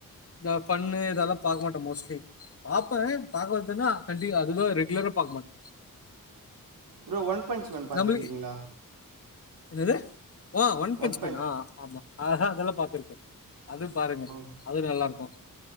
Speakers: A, on the left; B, on the right.
A: இந்தா ஃபண்ணு இதெல்லா பாக்க மாட்ட மோஸ்ட்லி பாப்பே பாக்குறதுனா அதி அதுதா ரெகுலரா பாக்க மாட்
B: ப்ரோ ஒன்பாய்ன்ஸ்வன் பாத்துடீங்களா
A: நம்மளுக்கு என்னது அ ஒன்ட்
B: ஒன்
A: எக்ஸ்பனா
B: பஞ்ச்
A: ஆமா ஆஹா அதெல்லா பாத்துருக்கே அது பாருங்க
B: ஓ
A: அதுவு நல்லாருக்கு